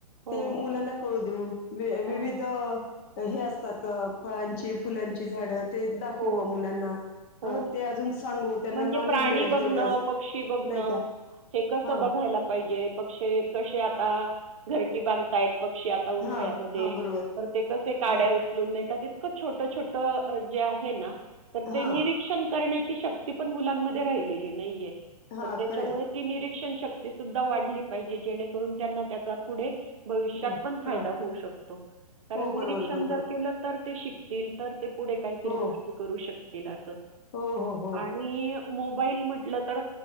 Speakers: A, on the right; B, on the left.
A: हो,
B: ते मुलांना कळू दे व विविध
A: हो,
B: ते हे असतात फळांची फुलांची झाडं ते दाखवू
A: हो,
B: बुआ मुलांना
A: हो.
B: ते अजून सांगू त्यांना
A: म्हणजे
B: नॉलेज
A: प्राणी
B: मिळेल
A: बघणं
B: तेवढंच
A: पक्षी बघणं
B: नाही का
A: हे कस
B: हां
A: बघायला पाहिजे पक्षी कसे आता घरटी बांधतायंत पक्षी आ ता उन्हाळ्यामध्ये
B: हां हां बरोबर
A: तर ते कसे काड्या
B: हां
A: उचलुन नेतात इतकं छोटं छोट जे आहे ना तर
B: हां
A: ते निरी क्षण करण्याची शक्ती पण मुलांमध्ये राहिलेली नाहीये
B: हां
A: तर त्याच्यामुळे
B: खरे
A: ती निरीक्षण शक्ती सुद्धा वाढली पाहिजे जेणेकरून त्यांना त्याचा पुढे भविष्यात
B: हां
A: पण फायदा
B: हां
A: होऊ शकतो कारण
B: हो
A: निरीक्षण
B: बरोबर बरोबर
A: जर केलं तर ते शिकतील तर ते पुढे काहीतरी
B: हो
A: गोष्टी करू शक तील अस
B: हो हो हो
A: आणि मोबाईल म्हटलं तर